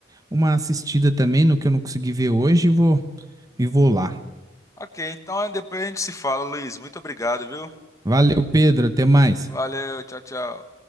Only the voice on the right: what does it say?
uma assistida também no que eu não consegui ver hoje e vou e vou lá.
Valeu, Pedro. Até mais.